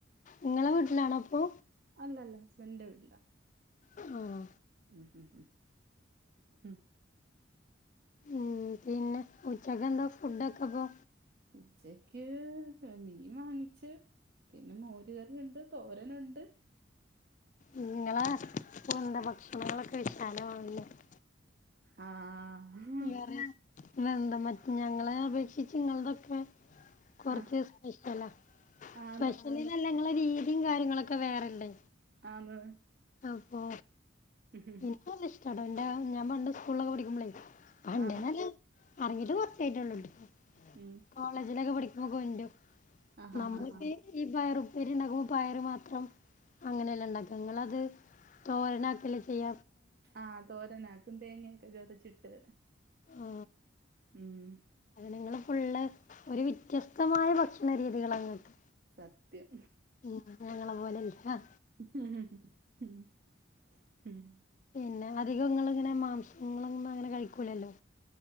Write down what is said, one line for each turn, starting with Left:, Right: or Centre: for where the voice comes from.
Left: ഇങ്ങളെ വീട്ടിലാണപ്പൊ
Right: അല്ലല്ല ഹസ്ബഡിൻ്റെ വീട്ടിലാ
Left: ആഹ്
Right: <inaudible>
Left: ഉം പിന്നെ ഉച്ചക്കെന്താ ഫുഡൊക്കെപ്പോ
Right: ഉച്ചക്ക് പേ മീൻ വാങ്ങിച്ച് പിന്നെ മോരുകറിയുണ്ട് തോരനുണ്ട്
Left: ഞ്ഞ്ങ്ങള് പോൺണ്ടോ ഭക്ഷണങ്ങളൊക്കെ <unintelligible>
Right: ആഹ്
Left: ഇല്ലാ വെന്ത മറ്റ് ഞങ്ങളെ അപേക്ഷിച്ച് ഇങ്ങളതൊക്കെ കൊറച്ച്
Right: ആഹ്
Left: സ്പെഷ്യലാ
Right: ആന്ന്
Left: സ്പെഷ്യല്ന്നല്ല ഇങ്ങളെ രീതീ കാര്യങ്ങളൊക്കെ വേറല്ലേ
Right: ആന്ന്
Left: അപ്പോ
Right: <inaudible>
Left: ക്ക് അല്ല ഇഷ്ട്ടാട്ടോ എന്റെ ഞാ പണ്ട് സ്കൂളിലൊക്കെ പഠിക്കുമ്പളേ അൻ്റെത്
Right: ആഹ്
Left: നല്ല അറങ്ങീറ്റ് കൊറച്ചായിട്ടൊള്ളൂട്ടോ
Right: ഉം
Left: കോളേജിലൊക്കെ പഠിക്കുമ്പോ കൊണ്ട് രും
Right: ആഹ്
Left: നമ്മളിപ്പി
Right: ഹാ ഹാ
Left: <unintelligible> ഈ പയറുപ്പേരി ഇണ്ടാക്കുമ്പോ പയറ് മാത്രം അങ്ങനെല്ലേ ഇണ്ടാക്ക ഇങ്ങളത് തോരനാക്കല്ലേ ചെയ്യ
Right: ആഹ് തോരനാക്കും തേങ്ങയൊക്കെ ചതച്ചിട്ട്
Left: ആ
Right: ഉം
Left: അതിനങ്ങള് ഫുള്ള് ഒരു വ്യത്യസ്തമായ ഭക്ഷണ രീതികളാ ഇങ്ങക്ക്
Right: സത്യം
Left: ഉം ഞങ്ങളെ പോലെല്ല
Right: <inaudible>
Left: പിന്നെ അധികം ഇങ്ങള്ങ്ങനെ മാംസങ്ങളൊന്നും അങ്ങനെ കഴിക്കൂലല്ലോ